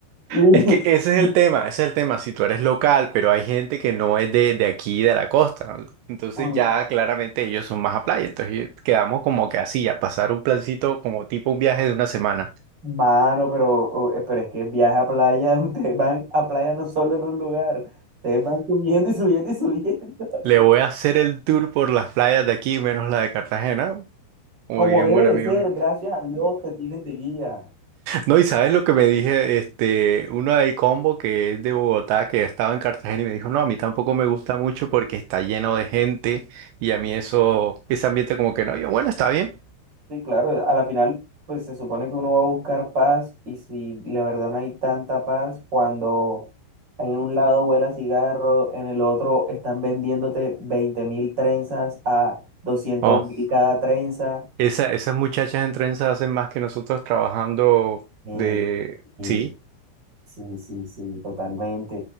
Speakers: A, on the right; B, on the right.
A: Y-
B: Es que ese es el
A: <laughs>
B: tema, ese es el tema. Si tú eres local, pero hay gente que no es de, de aquí, de la costa, entonces
A: Uy,
B: ya claramente ellos son más a playa. Entonces quedamos como que así, a pasar un plancito como tipo un viaje de una semana.
A: Mano, pero, oh, eh, pero es que viaja a playa, <laughs> ustedes van a playa no solo en un lugar, ustedes van subiendo y subiendo y subiendo.
B: Le
A: <laughs>
B: voy a hacer el tour por las playas de aquí, menos la de Cartagena, como
A: Como
B: diría
A: debe
B: un buen
A: de
B: amigo
A: ser,
B: mío.
A: gracias a Dios te tienen de guía.
B: No, y sabes lo que me dije, este, uno del combo que es de Bogotá, que estaba en Cartagena y me dijo, no, a mí tampoco me gusta mucho porque está lleno de gente y a mí eso, ese ambiente como que no. Yo, bueno, está bien.
A: Sí, claro, a la final, pues se supone que uno va a buscar paz y si la verdad no hay tanta paz, cuando en un lado huela cigarro, en el otro están vendiéndote veinte mil trenzas a doscientos
B: Oh,
A: mil cada trenza.
B: esa, esas muchachas en trenza hacen más que nosotros trabajando
A: eh,
B: de,
A: y
B: sí,
A: sí, sí, sí, totalmente.